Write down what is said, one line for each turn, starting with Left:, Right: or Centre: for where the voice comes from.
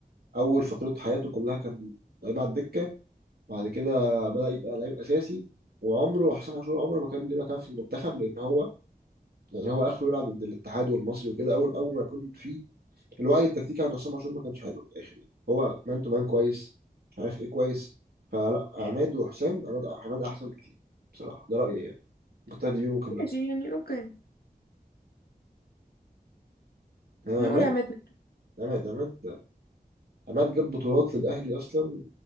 Right: اول فتره حياته كلها كان لعيب على الدكه بعد كده بدا يبقى لعيب اساسي وعمره حسام عاشور عمره ما كان ليه مكان في المنتخب لان هو يعني هو اخره يلعب ضد الاتحاد والمصري وكده اول اول ما يكون في الوعي التكتيكي عند عصام عاشور ما كانش حلو في الاخر هو مان تو مان كويس مش عارف ايه كويس فلا عماد وحسام عماد عماد احسن بكتير بصراحه ده رايي يعني ممكن تاخد بيه ممكن لا
Left: ماشي يعني اوكي
Right: انا
Left: نقول
Right: عماد
Left: عماد متعب
Right: عماد عماد عماد جاب بطولات للاهلي اصلا